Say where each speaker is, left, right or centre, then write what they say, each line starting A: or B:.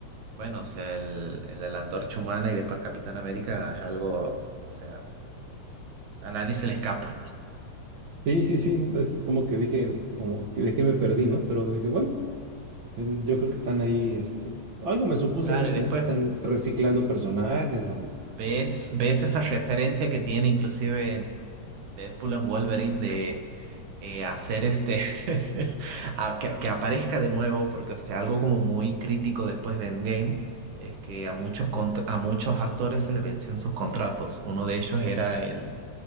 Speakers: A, on the right; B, on the right.
A: Bueno, o sea, el, el de la Antorcha Humana y después Capitán América es algo, o sea, a nadie se le escapa.
B: Sí, sí, sí, es como que dije, como que de qué me perdí, ¿no? Pero dije, bueno, bueno, yo creo que están ahí, este, algo me supuse
A: Claro,
B: así
A: y
B: como
A: después
B: que están reciclando personajes o,
A: ves, ves
B: o sea,
A: esa referencia que tiene inclusive en Deadpool and Wolverine de eh, hacer este, <laughs> a que, que aparezca de nuevo, porque o sea, algo como muy crítico después de Endgame es que a muchos, contra- a muchos actores se le vencían sus contratos. Uno de ellos era el